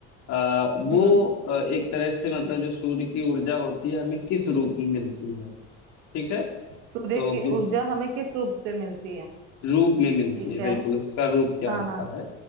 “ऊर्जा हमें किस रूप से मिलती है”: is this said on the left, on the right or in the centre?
Right